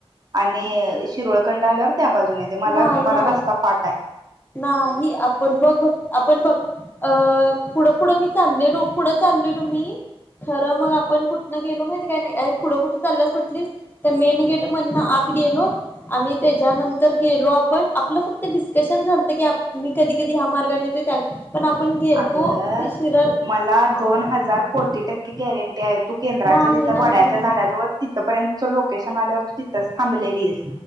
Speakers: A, on the right (about 40°); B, on the left (about 20°).
A: आणि शिरोळकंड आल्यावर त्या बाजून येत मला
B: नाही
A: मला
B: नाही
A: रस्ता पाठ आहे
B: नाही ह आपण बघ बघ आपण बघ अ पुढं पुढं मी चाललेलो पुढं चाललेलो मी खरं मग आपण कुठनं गेलो माहित काय नाही पुढं कुठं चाललंस म्हटलीस त्या मेन गेट मधन आत त्या गेलो आणि त्याच्यानंतर गेलो आपण आपलं फक्त डिस्कशन झालता की मी कधी कधी या मार्गाने येत त्या पण आपण गेलतो
A: अगं
B: ते शिरळ
A: मला
B: आत
A: दोन हजार कोटी टक्के गॅरंटी आहे तू केंद्राच्या
B: नाही
A: तिथं
B: नाही
A: वड्याच्या
B: नाही
A: झाडाजवळ तिथपर्यंत लोकेशन आल्यावर तू तिथ थांबलेलीस